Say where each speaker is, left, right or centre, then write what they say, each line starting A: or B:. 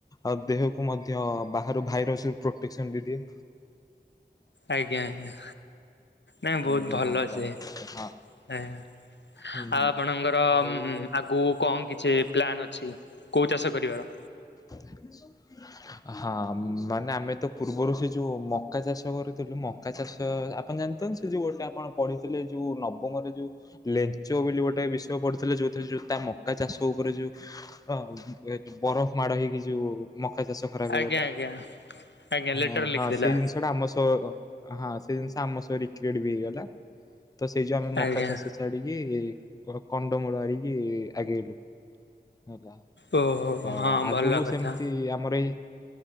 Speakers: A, on the left; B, on the left.
A: ଆଉ ଦେହକୁ ମଧ୍ୟ ବାହା ଭାରୁ ଭାଇରସ୍ ରୁ ପ୍ରୋଟେକସନ୍ ବି ଦିଏ।
B: ଆଜ୍ଞା, ଆଜ୍ଞା ନାଇଁ ବହୁତ
A: ଆଜ୍ଞା
B: ଭଲ
A: ହଁ ଜାଣିପାରୁଛି
B: ସିଏ।
A: ହଁ
B: ଆଜ୍ଞା
A: ହୁଁ
B: ଆଉ
A: ହୁଁ।
B: ଆପଣଙ୍କର
A: ଆଉ
B: ଉଁ, ଆଗକୁ କନ କିଛି ପ୍ଲାନ୍ ଅଛି କୋଉ ଚାଷ କରିବାର?
A: <inaudible> ହଁ ମାନେ ଆମେ ତ ପୂର୍ବରୁ ସେ ଯୋଉ ମକା ଚାଷ କରୁଥିଲୁ। ମକା ଚାଷ ଆପଣ ଜାଣି ତେନ୍ ସେ ଯୋଉ ଗୋଟେ ଆପଣ ପଢିଥିଲେ ଯୋଉ ନବମରେ ଯୋଉ ଲେଚ ବୋଲି ଗୋଟେ ବିଷୟ ପଢ଼ିଥିଲେ ଯୋଉଥିରେ ଯୋଉ ତା ମକା ଚାଷ ଉପରେ ଯୋଉ ଆଉ ଏ ବରଫ ମାଡ ହେଇକି ଯୋଉ ମକା ଚାଷ ଖରାପ
B: ଆଜ୍ଞା
A: ହେଇଗଲା।
B: ଆଜ୍ଞା ଆଜ୍ଞା ଲେଟର
A: ହେଁ
B: ଲେଖିଥିଲା
A: ହଁ ସେଇ ଜିନିଷ ସେଟା ଆମ ସହ ହଁ ସେ ଜିନିଷ ଆମ ସହ ରିକ୍ରିଏଟ୍ ବି ହେଇଗଲା। ତ ସେଇ ଯୋଉ ଆମେ ମକା
B: ଆଜ୍ଞା।
A: ଚାଷ ଛାଡିକି। କ-କଣ୍ଡମୂଳ ଆରିକି ଆଗେଇଲୁ। ହେଲା
B: ଓହୋ
A: ତ
B: ହଁ
A: ଆଗକୁ
B: ଭଲ କଥା
A: ସେମିତି ଆମର ଏଇ